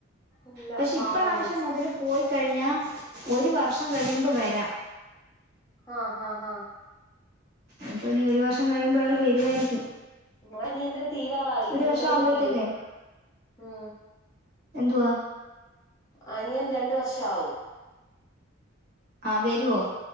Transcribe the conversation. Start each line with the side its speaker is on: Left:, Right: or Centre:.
Left: ഇല്ല
Right: പക്ഷെ
Left: പാവം
Right: ഇപ്രാവശ്യം
Left: കൊച്ച്
Right: മുതല് പോയി കഴിഞ്ഞ ഒരു വർഷം കഴിയുമ്പോ വരാം
Left: ആഹ് ഹ ഹഹ
Right: അപ്പൊ ഇനി ഒരു വർഷം കഴിയുമ്പോ അയാള് വരുവായിരിക്കും
Left: ങ്ങനേ എൻ്റേത് തീരാറായി
Right: ഒരു
Left: ജൂലൈയിൽ
Right: വർഷം ആവുമ്പോഴത്തേക്കെ
Left: തീരും ഉം
Right: എന്തുആ
Left: ആ ഞാൻ രണ്ടു വർഷാവും
Right: ആഹ വേരുഓ